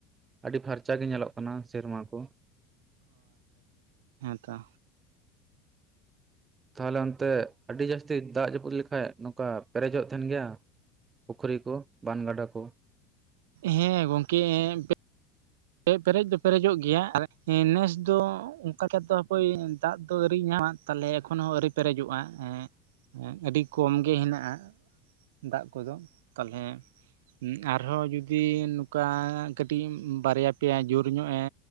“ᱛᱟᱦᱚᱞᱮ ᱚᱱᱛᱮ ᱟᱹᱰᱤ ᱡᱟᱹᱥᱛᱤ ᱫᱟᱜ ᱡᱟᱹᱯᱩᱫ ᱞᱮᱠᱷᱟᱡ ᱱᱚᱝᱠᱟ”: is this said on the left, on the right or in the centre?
Right